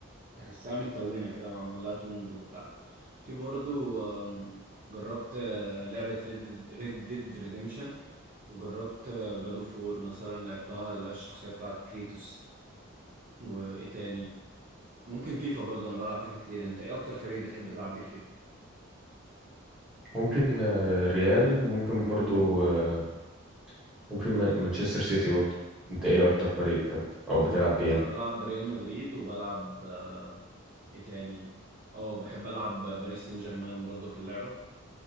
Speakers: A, on the right; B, in the centre.
A: تحسها متلونة كده معمول لها توند وبتاع في برضو آم، جربت آه، لعبة ريد ريد ديد ريديمشن وجربت جاد اوف وور مثلا لعبتها اللي هي الشخصية بتاعت كريتوس وايه تاني ممكن فيفا برضو انا بلعب فيفا كتير انت ايه اكتر فريق بتحب تلعب بيه فيفا
B: ممكن آه، ريال ممكن برضو آه، ممكن ما- مانشستر سيتي برضو انت ايه اكتر فريق بتحبه او بتلعب بيه
A: انا
B: يعني
A: بلعب بريال مدريد وبلعب آه، ايه تاني اه بحب العب باريس سان جيرمان برضو في اللعبة